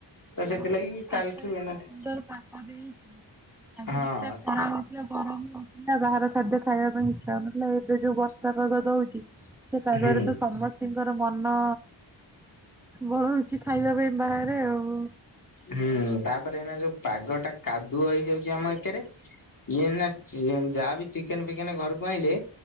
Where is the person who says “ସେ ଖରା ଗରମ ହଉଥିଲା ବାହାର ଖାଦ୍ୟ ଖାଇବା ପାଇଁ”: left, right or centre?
Centre